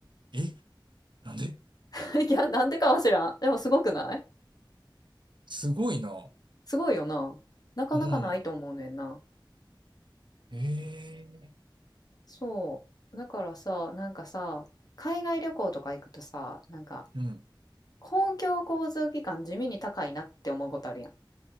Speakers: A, on the right; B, on the left.
A: え、なんで
B: <laughs> いや、なんでかは知らん。でもすごくない
A: すごいな。
B: すごいよな。なかなかないと思うねんな。
A: うん。ええ。
B: そう。だからさ、なんかさ、海外旅行とか行くとさ、なんか、
A: うん。
B: 公共交通機関地味に高いなって思うことあるやん。